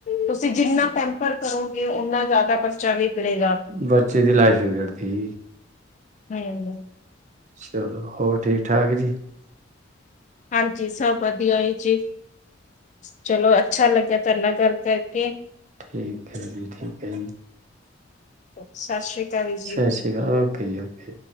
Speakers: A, on the left; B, on the right.
A: ਤੁਸੀਂ ਜਿੰਨਾ ਪੈਂਪਰ ਕਰੋਗੇ ਓਨਾ ਜ਼ਿਆਦਾ ਬੱਚਾ ਵਿਗੜੇਗਾ
B: ਬੱਚੇ ਦੀ ਲਾਈਫ ਵਿਗੜਦੀ
A: ਹਮ ਹ
B: ਚਲੋ ਹੋਰ ਠੀਕ ਠਾਕ ਜੀ
A: ਹਾਂਜੀ ਸਭ ਵਧੀਆ ਹੀ ਜੀ ਚਲੋ ਅੱਛਾ ਲੱਗਿਆ ਤੁਹਾ ਨਾਲ ਗੱਲ ਕਰਕੇ
B: ਠੀਕ ਹੈ ਜੀ ਠੀਕ ਹੈ ਜੀ
A: ਸਤਿ ਸ਼੍ਰੀ ਅਕਾਲ ਜੀ
B: ਸ ਸ਼੍ਰੀਕਾਲ ਉਹ ਕਈ ਆ ਫ